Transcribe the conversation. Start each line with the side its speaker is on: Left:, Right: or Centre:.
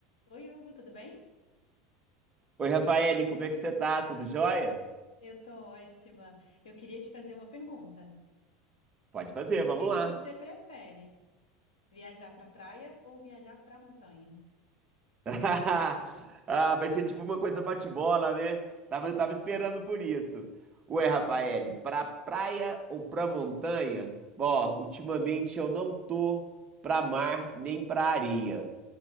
Left: Oi, Hugo, tudo bem?
Right: Oi, Rafaele, como é que você tá? Tudo jóia?
Left: Eu tô ótima. Eu queria te fazer uma pergunta.
Right: Pode fazer,
Left: O
Right: vamos
Left: que que
Right: lá.
Left: você prefere? Viajar para praia ou viajar para montanha?
Right: <laughs> Ah, vai ser tipo uma coisa bate-bola, né? Tava, tava esperando por isso. Ué, Rafaele, pra praia ou pra montanha? Ó, ultimamente eu não tô pra mar nem pra areia.